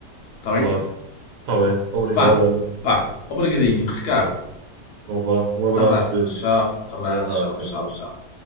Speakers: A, on the left; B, on the right.
A: Está
B: Claro.
A: bem?
B: Está bem. Obrigado,
A: Vá,
B: olha.
A: pá, obrigadinho, Ricardo.
B: Então vá. Um abraço,
A: Abraço,
B: Pedro.
A: tchau, abraço,
B: Exato,
A: tchau, tchau,
B: exato.
A: tchau.